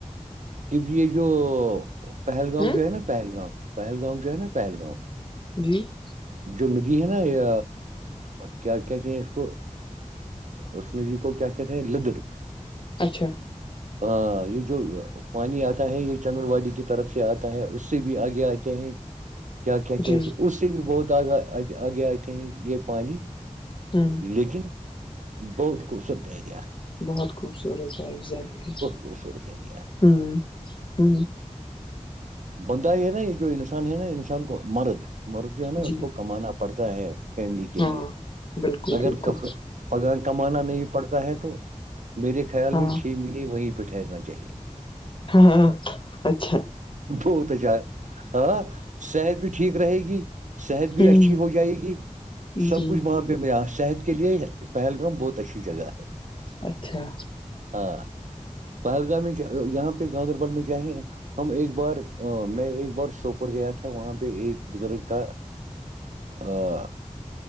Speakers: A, on the right; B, on the left.
A: پ یہ جو پہلگام
B: ہ
A: جو ہے نا پہلگام پہلگام جو ہے نا پہلگام
B: جی
A: جو ندھی ہے نا یہ کیا کہتے ہیں اس کو اسن جی کو کیا کہتے ہیں لدر
B: اچھا
A: ہ یہ جو پانی آتا ہے یہ چندر واڑی کی طرف سے آتا ہے اس سے بھی آگے آتے ہیں کیا کہتے
B: جی
A: اس سے بھی بہت آگ آگے آئےتے ہیں یہ پانی
B: ہ
A: لیکن بہت خوبصورت ایریا ہے
B: بہت خوبصورت ہے اگزیکٹلی
A: خوبصورت ایریا
B: ہ ہ
A: بندہ یہ ہے نا یہ جو انسان ہے نا انسان کو مرد مرد جو ہے نا
B: جی
A: اس کو کمانا پڑتا ہے فیملی کے
B: ہاں
A: لیے
B: بالکل
A: اگر
B: بالکل
A: پگان کمانا نہیں پڑتا ہے تو میرے خیال
B: ہاں
A: میں چھ مہینے وہیں پہ ٹھہرنا چاہیے
B: ہاں اچھا
A: وہ تو جا ہے ہاں صحت بھی ٹھیک رہے گی صحت بھی
B: ہ
A: اچھی ہو جائے گی سب
B: جی
A: کچھ وہاں پہ میں صحت کے لیے پہلگام بہت اچھی جگہ ہے
B: اچھا
A: ہاں پہلگام میں یہاں پہ گاندربل میں چاہیں ہم ایک بار میں ایک بار سوپور گیا تھا وہاں پہ ایک بزرگ کا اور